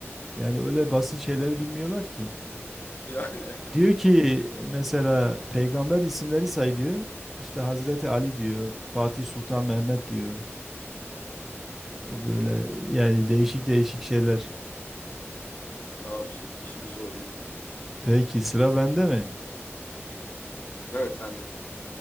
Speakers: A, in the centre; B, on the left (about 40°).
A: Yani öyle basit şeyler bilmiyorlar ki.
B: Yani.
A: Diyor ki mesela peygamber isimleri say diyor. İşte Hazreti Ali diyor, Fatih Sultan Mehmet diyor. Böyle yani değişik değişik şeyler.
B: <laughs> Abi işte işimiz zor ya.
A: Peki sıra bende mi?
B: Evet sende.